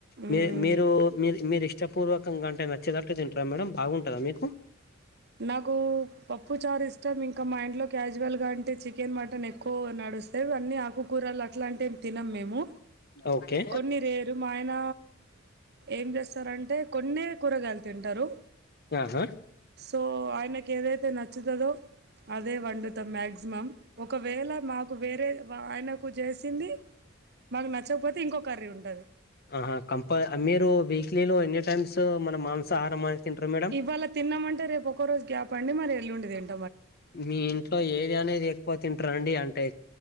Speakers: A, on the right; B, on the left.
A: మ్
B: మీ మీరు మీ మీరుష్ నచ్చ పూర్వకంగా అంటే నచ్చేదట్టు తింటుర మేడం బాగుంటదా మీకు
A: నాకు పప్పు చారు ఇష్టం ఇంకా మా ఇంట్లో కాజువల్గా అంటే చికెన్ మటన్ ఎక్కువ నడుస్తది అన్నీ ఆకుకూరలు అట్లాంటి తినం మేము
B: ఓకే
A: కొన్ని రేరు మా ఆయన ఏం చేస్తారంటే కొన్నే కూరగాయలు తింటారు
B: ఆహా
A: సో ఆయనకి ఏదైతే నచ్చుతదో అదే వండుత మ్యాక్సిమం ఒకవేళ మాకు వేరే ఆయనకు చేసింది మాకు నచ్చకపోతే ఇంకో కర్రీ ఉంటది
B: ఆహా కంపల్ మీరు వీక్లీలో ఎన్ని టైమ్స్ మన మాంసాహారం అని తింటారు మేడం
A: ఇవాళ తిన్నామంటే రేపు ఒకరోజు గ్యాప్ అండి మరి వెల్లుండి తిన్
B: మీ ఇంట్లో ఏది అనేది ఎక్కువ తింటారండి అంటేయి